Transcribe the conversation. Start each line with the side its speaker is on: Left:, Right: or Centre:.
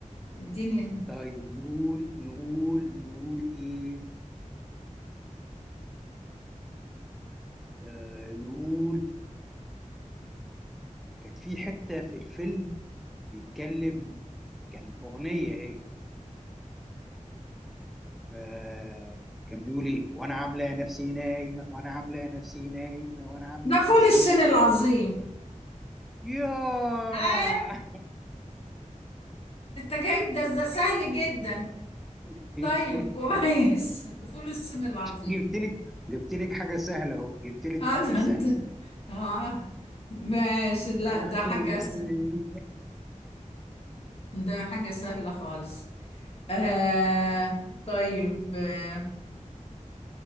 Left: اديني
Centre: طيب نقول نقول نقول إيه آه نقول كانت في حتة في الفيلم بيتكلم كان أغنية هي آه كان بيقول لي وانا عامله نفسي نايمه وانا عامله نفسي نايمه وانا عامله
Left: ده فول
Centre: نفسي
Left: الصين
Centre: نايمه
Left: العظيم
Centre: ياه
Left: آه انت جايب ده ده سهل جدا
Centre: <laughs>
Left: طيب كويس فول الصين العظيم
Centre: جبت لك جبت لك حاجه سهله اهو جبت لك
Left: اه
Centre: حاجه
Left: ده
Centre: سهله
Left: انت اه ماشي لا
Centre: انا
Left: ده حاجة
Centre: عامله نفسي
Left: س...
Centre: نايمه
Left: ده حاجة سهلة خالص آه طيب آه